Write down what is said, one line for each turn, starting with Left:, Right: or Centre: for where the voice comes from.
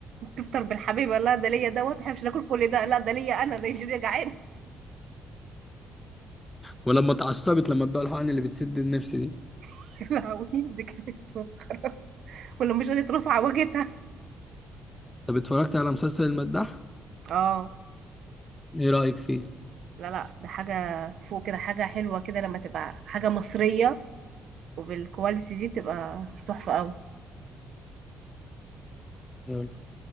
Right: تفطر بالحبيبة لا ده ليا دوت احنا مش هناكل كل ده لا ده ليا انا نيجيريا جعانة
Left: ولما اتعصبت لما ادوها الحقن اللي بتسد النفس دي
Right: <laughs> يا لهوي دي كانت مسخرة ولا مش قالت رصع وجهتها
Left: طب اتفرجت على مسلسل المداح
Right: اه
Left: ايه رأيك فيه
Right: لا لا ده حاجة فوق كده حاجة حلوة كده لما تبقى حاجة مصرية وبالكواليتي دي تبقى تحفة قوي
Left: حلو